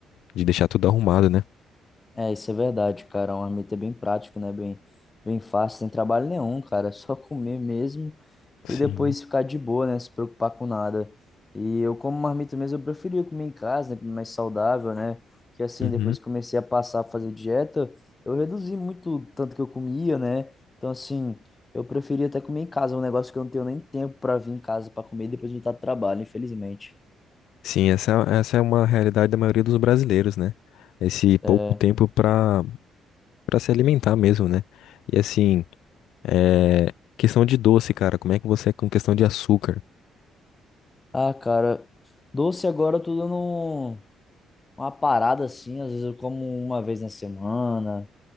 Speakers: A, on the left (about 80°); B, on the left (about 25°).
A: de deixar tudo arrumado, né?
B: É, isso é verdade, cara. um marmita é bem prático, né? Bem, bem fácil, sem trabalho nenhum, cara. <laughs> É só comer mesmo
A: Sim.
B: e depois ficar de boa, né? Se preocupar com nada. E eu, como marmita mesmo, eu preferia comer em casa, né? Mais saudável, né? Que assim,
A: Uhum.
B: depois que comecei a passar a fazer dieta, eu reduzi muito o tanto que eu comia, né? Então, assim, eu preferia até comer em casa, É um negócio que eu não tenho nem tempo para vir em casa para comer e depois voltar do trabalho, infelizmente.
A: Sim, essa, essa é uma realidade da maioria dos brasileiros, né? Esse pouco
B: É.
A: tempo para para se alimentar mesmo, né? E assim, é... questão de doce, cara, como é que você é com questão de açúcar?
B: Ah, cara, doce agora eu tô dando. um- Uma parada assim, às vezes eu como uma vez na semana.